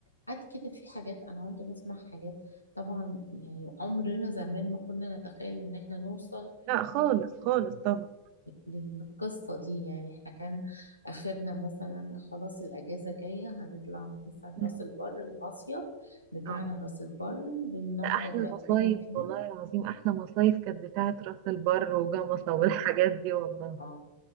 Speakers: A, on the left; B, on the right.
A: قعد كده في حاجات انا وانت بسمع حاجات طبعا يعني عمرنا زمان ما كنا نتخيل ان احنا نوصل
B: لا خالص خالص طبعا
A: للقصة دي يعني احنا كان آخرنا مثلا خلاص الأجازة جاية هنطلع مثلا
B: مم.
A: راس البر المصيف بتاعنا
B: آه.
A: راس البر بنقعد
B: ده أحلى
A: وقتنا
B: مصايف
A: فيه
B: والله العظيم أحلى مصايف كانت بتاعت راس البر وجمصة والحاجات
A: اه
B: دي والله
A: آه،